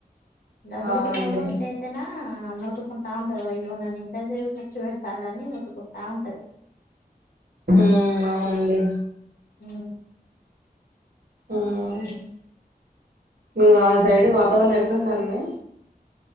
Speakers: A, on the left; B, on the right.
A: డబ్బులకు
B: అవునండి
A: నోరు ఉంటే అయితేనా ఆ మొత్తుకుంట ఉంటారు ఇవ్వనని తనేం ఖర్చు పెడతాలని మొత్తికుంటా ఉంటాదు
B: ఉమ్ అవునండి
A: ఉమ్
B: ఉమ్
A: ఉమ్.
B: మీ వా సైడ్ వాతావరణం ఎట్లాందండి